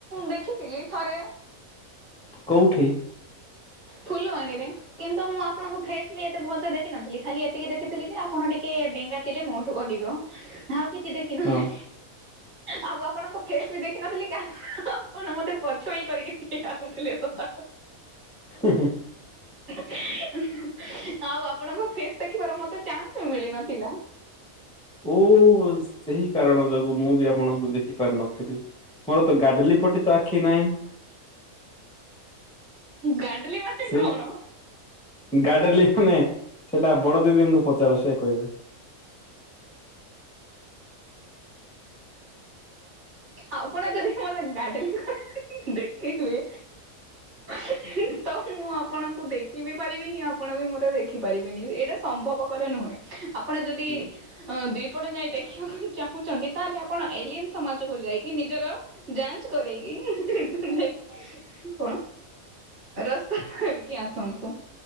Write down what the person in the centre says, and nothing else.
କୋଉଠି?
ହଁ
ହେଁ ହେଁ।
ଓ ସେହି କାରଣ ଯୋଗୁ ମୁଁ ବି ଆପଣଙ୍କୁ ଦେଖି ପାରି ନଥିଲି। ମୋର ତ ଗାଡଲି ପଟି ତ ଆଖି ନାହିଁ।
ସେଇ
ଗାଡେଲି
ମାନେ ସେଟା ବଡ ଦିଦିଙ୍କୁ ପଚାର ସେ କହିବେ।
ହୁଁ